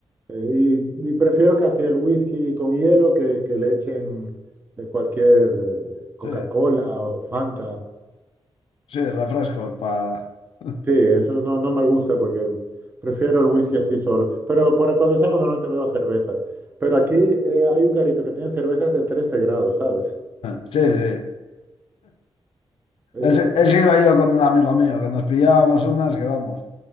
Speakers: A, on the right; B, on the left.
A: Eh, y, y prefiero casi el whisky con hielo que, que le echen eh, cualquier eh, Coca-Cola
B: Sí,
A: o Fanta.
B: sí, refrescos para... <laughs>
A: Sí, eso no, no me gusta porque prefiero el whisky así solo. Pero por, cuando salgo normalmente veo cervezas. Pero aquí eh, hay un garito que tiene cervezas de 13 grados, ¿sabes?
B: sí, sí.
A: Eh,
B: Ese, ese iba yo con un amigo mío, que nos pillábamos unas que vamos.